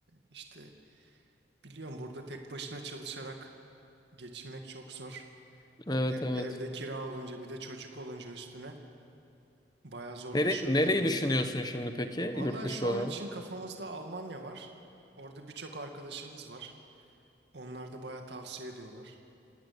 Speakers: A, on the right; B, on the left.
A: işte biliyorum burada tek başına çalışarak geçinmek çok zor.
B: Evet
A: Ev-
B: evet.
A: evde kira olunca bir de çocuk olunca üstüne bayağı zorlaşıyor
B: Nere nereyi
A: durumlar.
B: düşünüyorsun şimdi peki
A: Vallahi
B: yurt dışı
A: şu an
B: olarak?
A: için kafamızda Almanya var. Orada birçok arkadaşımız var. Onlar da bayağı tavsiye ediyorlar.